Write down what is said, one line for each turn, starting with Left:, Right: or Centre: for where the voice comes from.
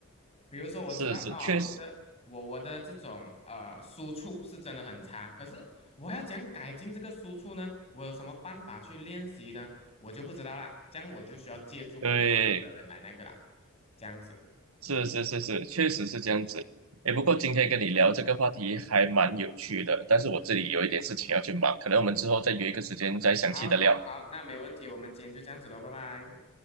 Left: 比如说，我知道哦，
Right: 是是，确实，
Left: 我的我我的这种呃输出是真的很差，可是我要怎样改进这个输出呢？我有什么办法去练习呢？我就不知道啦，这样我就需要借助更专业的人来那个啦，
Right: 对，
Left: 这样子。
Right: 是是是是，确实是这样子。
Left: 嗯，
Right: 哎，不过今天跟你聊这个话题还蛮有趣的，但是我这里有一点事情要去忙，可能我们之后再约一个时间再详细的聊，
Left: 好，好，好，那没问题，我们今天就这样子喽，拜拜。